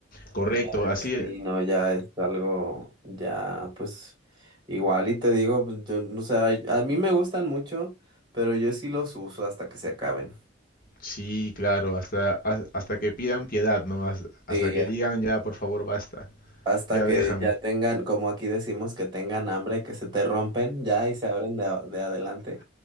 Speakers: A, on the left; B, on the right.
A: Correcto,
B: Ya,
A: así.
B: sí, no, ya es algo, ya, pues, igual y te digo, pues, yo, o sea, a mí me gustan mucho, pero yo sí los uso hasta que se acaben.
A: Sí, claro, hasta, has- hasta que pidan piedad, ¿no? Has- Hasta
B: Sí,
A: que digan, ya, por favor, basta,
B: hasta
A: ya
B: que
A: déjame.
B: ya tengan, como aquí decimos, que tengan hambre, que se te rompen ya y se abren de, a- de adelante.